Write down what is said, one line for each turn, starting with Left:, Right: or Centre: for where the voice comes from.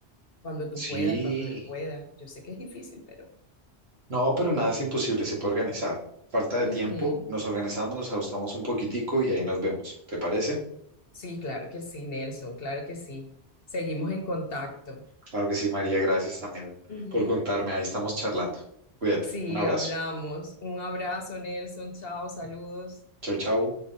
Left: cuando tú
Right: Sí.
Left: puedas, cuando él pueda. Yo sé que es difícil, pero...
Right: No, pero nada es imposible, se puede organizar. Falta de tiempo,
Left: Ujú.
Right: nos organizamos, nos ajustamos un poquitico y ahí nos vemos. ¿Te parece?
Left: Sí, claro que sí, Nelson, claro que sí. Seguimos en contacto.
Right: Claro que sí, María, gracias también
Left: Ujú.
Right: por contarme. Ahí estamos charlando. Cuídate.
Left: Sí,
Right: Un abrazo.
Left: hablamos. Un abrazo, Nelson. Chao, saludos.
Right: Chau, chau.